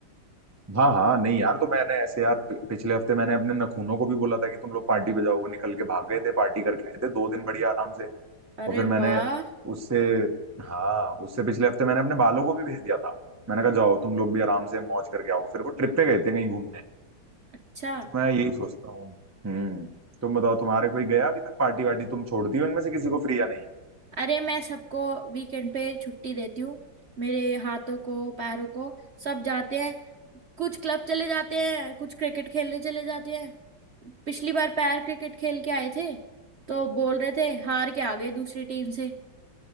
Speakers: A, on the right (about 15°); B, on the right (about 45°).
A: हाँ हाँ नहीं यार तो मैंने ऐसे यार पि- पिछले हफ्ते मैंने अपने नखूनों को भी बोला था कि तुम लोग पार्टी पे जाओ वो निकल के भाग गए थे पार्टी करके आए थे दो दिन बढ़िया आराम से
B: अरे
A: और फिर मैंने
B: वाह
A: उससे हाँ उससे पिछले हफ्ते मैंने अपने बालों को भी भेज दिया था मैंने कहा जाओ तुम लोग भी आराम से मौज करके आओ फिर वो ट्रिप पे गए थे कहीं घूमने
B: अच्छा
A: तो मैं यही सोचता हूँ हम्म तुम बताओ तुम्हारे कोई गया अभी तक पार्टी वार्टी तुम छोड़ती हो इनमें से किसी को फ्री या नहीं
B: अरे मैं सबको वीकेंड पे छुट्टी देती हूँ मेरे हाथों को पैरों को सब जाते हैं कुछ क्लब चले जाते हैं कुछ क्रिकेट खेलने चले जाते हैं पिछली बार पैर क्रिकेट खेल के आए थे तो बोल रहे थे हार के आ गए दूसरी टीम से